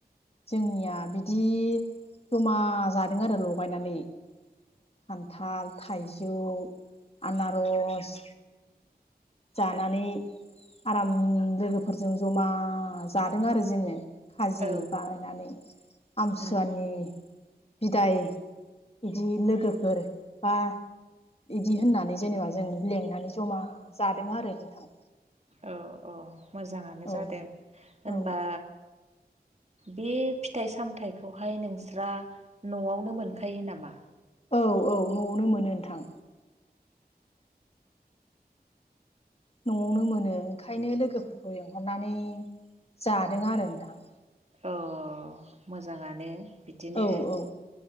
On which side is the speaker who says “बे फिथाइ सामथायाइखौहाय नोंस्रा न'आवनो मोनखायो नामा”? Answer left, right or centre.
Right